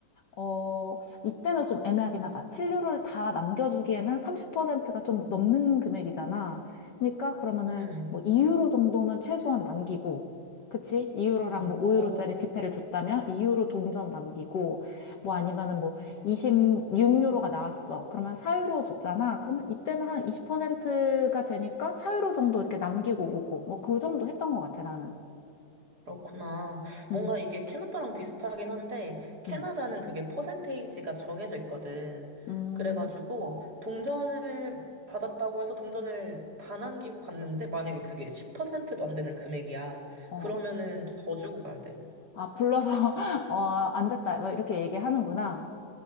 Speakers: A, on the left; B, on the right.
A: 어, 이때는 좀 애매하긴 하다. 치료를 다 남겨주기에는 30%가 좀 넘는 금액이잖아. 그러니까 그러면은
B: 음.
A: 뭐 2유로 정도는 최소한 남기고, 그치? 2유로랑
B: 어,
A: 뭐 5유로짜리 지폐를 줬다면 2유로 동전 남기고, 뭐 아니면은 뭐 26유로가 나왔어. 그러면 4유로 줬잖아. 그러면 이때는 한 20%가 되니까 4유로 정도 이렇게 남기고 오고, 뭐 그 정도 했던 것 같아, 나는.
B: 그렇구나.
A: 응,
B: 뭔가 이게 캐나다랑 비슷하긴 한데, 캐나다는
A: 응,
B: 그게 퍼센테이지가 정해져 있거든.
A: 음,
B: 그래가지고, 동전을 받았다고 해서 동전을 다 남기고 갔는데, 만약에 그게 10%도 안 되는 금액이야.
A: 어.
B: 그러면은 더 주고 가야 돼.
A: 아, 불러서, <laughs> 어, 안 됐다. 뭐 이렇게 얘기하는구나.